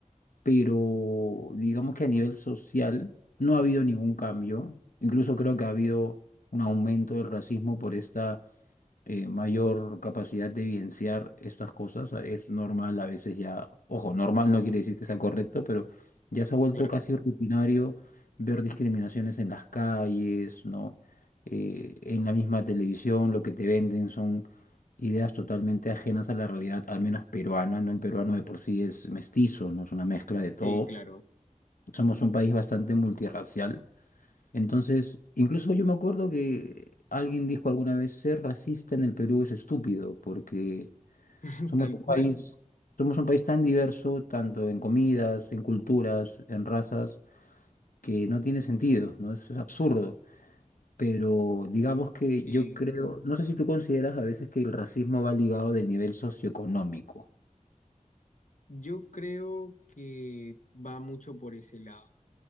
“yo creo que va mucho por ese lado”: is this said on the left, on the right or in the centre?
Left